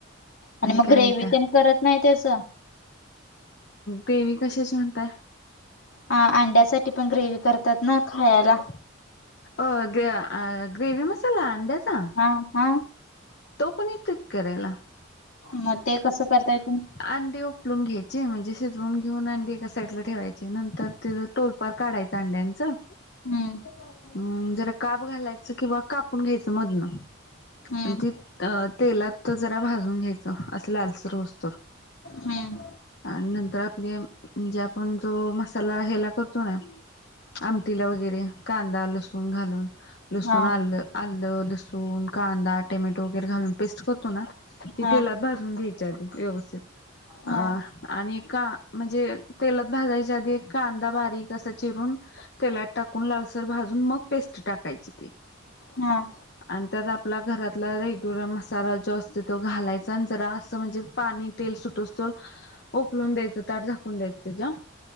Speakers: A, on the left; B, on the left.
A: आणि मग
B: काय
A: ग्रेवी
B: म्हणताय?
A: तेन करत नाही त्याच?
B: देवी कशाची म्हणताय?
A: ह अंड्यासाठी पण ग्रेवी करतात ना खायाला
B: अ ग अ ग्रेवी मसाला अंड्याचा?
A: हा हा
B: तो पण येतो की करायला
A: मग ते कसं करताय तुम्ही
B: अंडी उपलून घ्यायचे. म्हणजे शिजवून घेऊन अंडी एका साईड ला ठेवायचे नंतर त्याज टोलपार काढायचं अंड्यांचं
A: हम्म
B: अं जरा काप घालायचं किंवा कापून घ्यायचं मधनं
A: हम्म
B: आणि ती अ तेलात जरा भाजून घ्यायचं अस लालसर होवूस्तोर
A: हम्म
B: आणि नंतर आपले म्हणजे आपण जो मसाला ह्याला करतो ना आमटीला वगैरे कांदा लसूण घालून लसूण
A: हा
B: आलं आलं, लसूण, कांदा, टमॅटो, वगैरे घालून पेस्ट करतो ना ती
A: हा
B: तेलात भाजून घ्यायची. घ्यायचे <unintelligible> आधी व्यवस्थित
A: हा
B: आणि का म्हणजे तेलात भाजायच्या आधी एक कांदा बारीक असा चिरून तेलात टाकून लालसर भाजून मग पेस्ट टाकायची ती
A: हं
B: आणि त्यात आपला घरातला रेग्युलर मसाला जो असतो तो घालायचा जरास म्हणजे पाणी तेल सुटोस्तर उपलून द्यायचं ताट झाकून द्यायचं त्याज्या